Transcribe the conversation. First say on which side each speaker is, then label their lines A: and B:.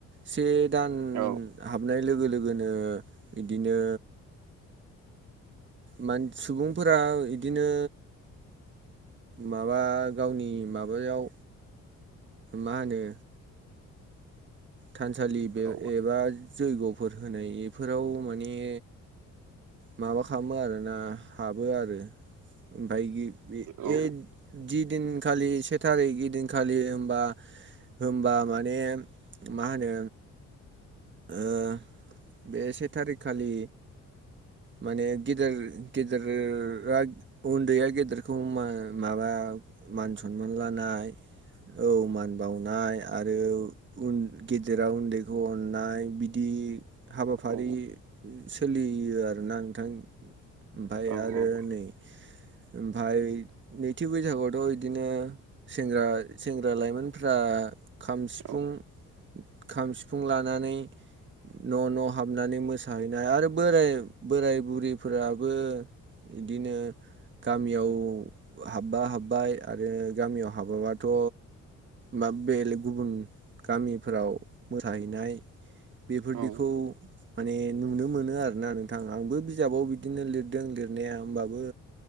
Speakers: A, on the right; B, on the right.
A: से दान
B: औ
A: हाबनाय लोगो लोगोनो बिदिनो मान सुबुंफोरा इदिनो। माबा गावनि माबायाव। मा होनो। थानसालि बे
B: औ
A: एबा जैग'फोर होनाय एफोराव माने माबा खालामो आरोना हाबो आरो ओमफ्राय <unintelligible>
B: औ
A: जिदिनखालि से थारिख इदिनखालि होनबा होनबा माने मा होनो ओ बे से थारिखखालि माने गेदेर गेदेरा उन्दैया गेदेरखौ मा माबा मान सनमान लानाय औ मान बाव नाय आरो उन गेदेराव उन्दैखौ अननाय बिदि हाबाफारि
B: औ
A: सोलियो आरोना नोंथां ओमफ्राय
B: औ
A: आरो नै ओमफाय नैथि बैसागुआवथ' इदिनो सेंग्रा सेंग्रा लाइमोनफ्रा खाम सिफुं
B: औ
A: खाम सिफुं ला नानै न' न' हाबनानै मोसाहैनाय आरो बोराय बोराय बुरैफोराबो इदिनो गामियाव हाबबा हाब्बाय आरो गामियाव हाबाबाथ' बा बेलेग गुबुन गामिफोराव मोसाहैनाय बेफोरदिखौ
B: औ
A: माने नुनो मोनो आरोना नोंथां आंबो बिजाबाव बिद दिनो लिरदों लिरनाया होमबाबो